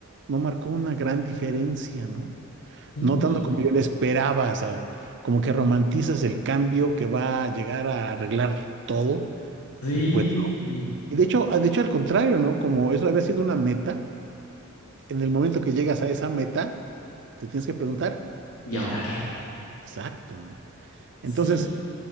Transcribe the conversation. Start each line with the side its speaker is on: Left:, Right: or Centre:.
Right: no marcó una gran diferencia, ¿no?
Left: Sí.
Right: No tanto como yo le esperaba, o sea, como que romantizas el cambio que va a llegar a arreglar todo
Left: Sí.
Right: y pues, y de hecho, ah, de hecho al contrario, ¿no? Como eso había sido una meta, en el momento que llegas a esa meta, te tienes que preguntar
Left: ¿Y
Right: y
Left: ahora qué?
Right: exacto, ¿no?
Left: Sí.
Right: Entonces,